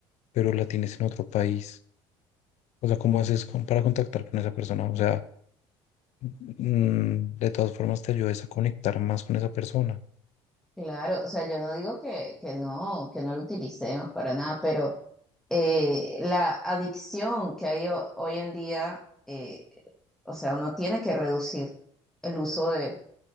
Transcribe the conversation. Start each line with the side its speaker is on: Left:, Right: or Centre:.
Left: pero la tienes en otro país, o sea, ¿cómo haces con- para contactar con esa persona? O sea, mm, de todas formas te ayudas a conectar más con esa persona.
Centre: Claro, o sea, yo no digo que, que no, que no lo utilicemos para nada, pero eh, la adicción que hay ho- hoy en día, eh, o sea, uno tiene que reducir el uso de,